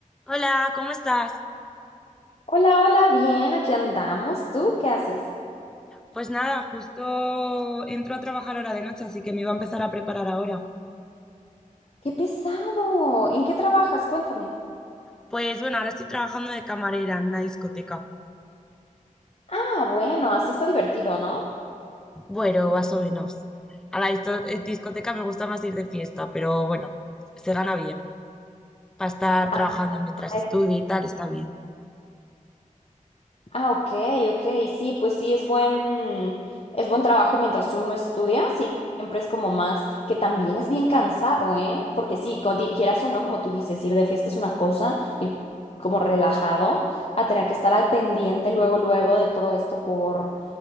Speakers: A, in the centre; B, on the left.
A: Hola, ¿cómo estás?
B: Hola, hola, bien, aquí andamos. ¿Tú qué haces?
A: Pues nada, justo entro a trabajar ahora de noche, así que me iba a empezar a preparar ahora.
B: ¡Qué pesado! ¿En qué trabajas? Cuéntame.
A: Pues bueno, ahora estoy trabajando de camarera en una discoteca.
B: Ah, bueno, así está divertido, ¿no?
A: Bueno, más o menos. A la disto- eh, discoteca me gusta más ir de fiesta, pero bueno, se gana bien. Para estar trabajando
B: Ah,
A: mientras
B: es-
A: estudio y tal, está bien.
B: ah, ok, ok, sí, pues sí, es buen, es buen trabajo mientras uno estudia, sí, siempre es como más, que también es bien cansado, ¿eh? Porque sí, co- di- quieras o no, como tú dices, ir de fiesta es una cosa, ir como relajado, a tener que estar al pendiente luego, luego de todo esto por